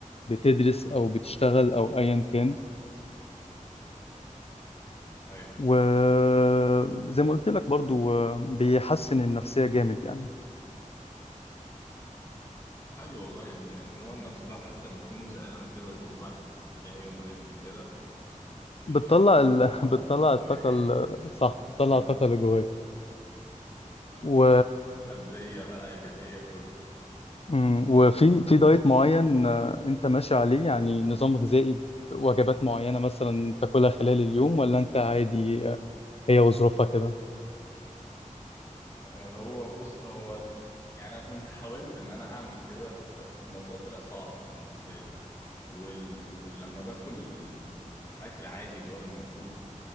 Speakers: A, on the left; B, on the left.
A: بتدرس أو بتشتغل أو أيا كان
B: ايوه
A: وزي ما قلت لك برضو آه، بيحسن النفسية جامد يعني
B: حلو والله ان عموما نفس الواحد لما يكون زهقان كده بيقوم رايح مديها يوم رجل كده بي...
A: بتطلع ال...
B: بيطلع
A: <laughs>
B: كل
A: بتطلع
B: اللي جواه
A: الطاقة ال- صح بتطلع
B: <laughs>
A: الطاقة اللي جواك
B: يعني
A: و
B: سلبيه بقى ايجابيه كل
A: مم. وفي في دايت معين آه، انت ماشي عليه يعني نظام غذائي وجبات معينة مثلا تاكلها خلال اليوم ولا انت عادي آه، هي وظروفها كده
B: آه، هو بص هو يعني انا كنت حاولت ان انا اعمل كده بس الموضوع طلع صعب بالنسبه لي وال... ولما باكل اكل عادي اللي هو الموجود